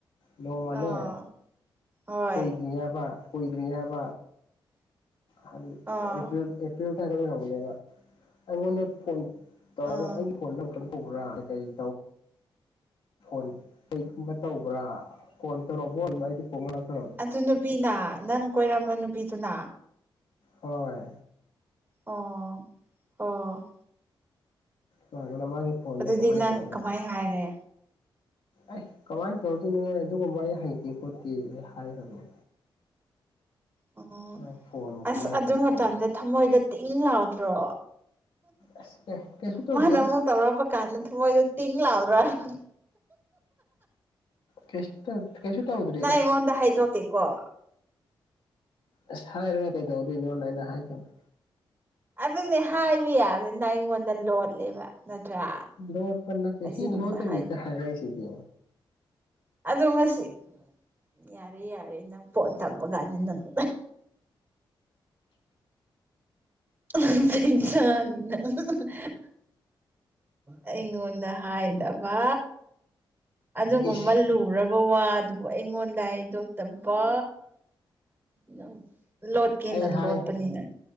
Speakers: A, on the left; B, on the right.
A: ꯅꯣꯡꯃꯅꯦ
B: ꯑꯥ ꯍꯣꯏ
A: ꯀꯣꯏꯗ꯭ꯔꯤ ꯍꯥꯏꯕ ꯀꯣꯏꯗ꯭ꯔꯤ ꯍꯥꯏꯕ ꯍꯟ
B: ꯑꯥ
A: ꯑꯦꯄꯔꯤꯜ ꯄꯔꯤꯜ ꯑꯣꯇꯥꯏꯗ ꯑꯣꯏꯔꯝꯒꯅꯦꯕ ꯑꯩꯉꯣꯟꯗ ꯐꯣꯟ ꯇꯧꯔꯒ
B: ꯑꯥ
A: ꯑꯩꯒꯤ ꯐꯣꯟ ꯑꯃꯨꯛꯇꯪ ꯇꯧꯕꯔꯥ ꯀꯩꯀꯩ ꯐꯣꯟ ꯀꯩꯒꯨꯝꯕ ꯇꯧꯕ꯭ꯔꯥ ꯐꯣꯟ ꯇꯧꯔꯛꯔꯕ ꯑꯩꯗꯤ <unintelligible>
B: ꯑꯗꯨ ꯅꯨꯄꯤꯅ ꯅꯪ ꯀꯣꯏꯔꯝꯕ ꯅꯨꯄꯤꯗꯨꯅ
A: ꯍꯣꯏ
B: ꯑꯣ ꯑꯣ
A: ꯃꯥꯅ ꯃꯥꯒꯤ ꯐꯣꯟꯗꯣ
B: ꯑꯗꯨꯗꯤ
A: ꯀꯃꯥꯏꯅ
B: ꯅꯪ
A: ꯇꯧ
B: ꯀꯃꯥꯏ ꯍꯥꯏꯔꯦ
A: ꯑꯦ ꯀꯃꯥꯏꯅ ꯇꯧꯗꯣꯏꯅꯣ ꯑꯗꯨꯒꯨꯝꯕ ꯑꯩ ꯍꯩꯇꯦ ꯈꯣꯠꯇꯦ ꯑꯩ ꯍꯥꯏꯈ꯭ꯔꯕꯅꯦ
B: ꯎꯝ
A: ꯃ ꯐꯣꯟ ꯑꯃꯨꯀ
B: ꯑꯁ
A: ꯃꯥꯏꯅ
B: ꯑꯗꯨ
A: ꯍꯤꯛ
B: ꯃꯇꯝꯗ
A: ꯇꯧꯁꯦ
B: ꯊꯃꯣꯏꯗ ꯇꯤꯡꯂꯥꯎꯗ꯭ꯔꯣ
A: ꯑꯁ ꯀꯩꯁꯨ ꯇꯧꯗꯦꯗ
B: ꯃꯥꯅ ꯑꯃꯨꯛ ꯇꯧꯔꯛꯄ ꯀꯥꯟꯗ ꯊꯃꯣꯏꯗ ꯇꯤꯡ ꯂꯥꯎꯗ꯭ꯔꯣ ꯍꯥꯏꯕ
A: ꯀꯩꯁ ꯇ ꯀꯩꯁ ꯇ ꯍꯗ꯭ꯔꯦꯗ
B: ꯅꯪ ꯑꯩꯉꯣꯟꯗ ꯍꯥꯏꯗꯣꯛꯇꯦꯀꯣ
A: ꯑꯁ ꯍꯥꯏꯔꯒ ꯀꯩꯗꯧꯗꯣꯏꯅꯣꯅ ꯑꯩꯅ ꯍꯥꯏꯗꯕꯅꯦ
B: ꯑꯗꯨꯅꯦ ꯍꯥꯏꯕ ꯌꯥꯕꯅꯤꯅ ꯑꯩꯉꯣꯟꯗ ꯂꯣꯂꯦꯕ ꯅꯠꯇ꯭ꯔꯥ
A: ꯂꯣꯠꯄ ꯅꯠꯇꯦ
B: ꯑꯁꯤꯒꯨꯝꯕ
A: ꯁꯤ ꯂꯣꯠꯇꯕꯤꯗ
B: ꯍꯥꯏꯗꯣ
A: ꯍꯥꯏꯔꯛꯏ ꯁꯤꯗꯤ
B: ꯑꯗꯣ ꯉꯁꯤ ꯌꯥꯔꯦ ꯌꯥꯔꯦ ꯅꯪ ꯐꯣꯟ ꯊꯝꯕ ꯀꯥꯟꯗ ꯅꯪ ꯑ ꯑꯍ ꯆꯩ ꯆꯥꯅꯤ ꯅꯪ ꯑꯍ ꯑꯍ ꯍꯍ ꯑꯩꯉꯣꯟꯗ ꯍꯥꯏꯗꯕ ꯑꯗꯨꯒꯨꯝꯕ
A: ꯏꯁ
B: ꯂꯨꯔꯕ ꯕ ꯋꯥꯗꯨꯕꯨ ꯑꯩꯉꯣꯟꯗ ꯍꯥꯏꯗꯣꯛꯇꯕ ꯅꯪ ꯂꯣꯠꯀꯦꯅ
A: ꯑꯩ ꯍꯥꯏ
B: ꯂꯣꯠꯄꯅꯤ ꯅꯪ